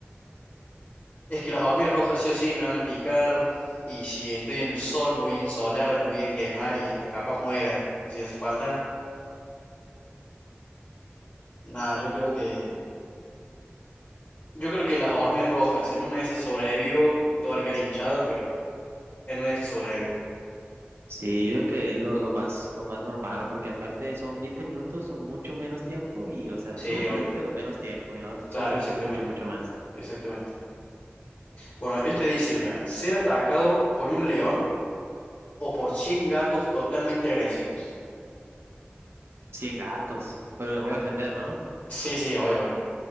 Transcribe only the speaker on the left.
es que las hormigas rojas sí o sí me van a picar. Y si estoy en el sol, me voy a insolar, me voy a quemar y hasta capaz muera si hace falta. nada, yo creo que. Yo creo que las hormigas rojas. En una de esas sobrevivo con toda la cara hinchada, pero en una de esas sobrevivo.
Sí,
obvio.
Claro, exactamente.
Exactamente. Bueno, este dice, mira, ser atacado por un león o por 100 gatos totalmente agresivos.
Sí, sí, obvio, obvio.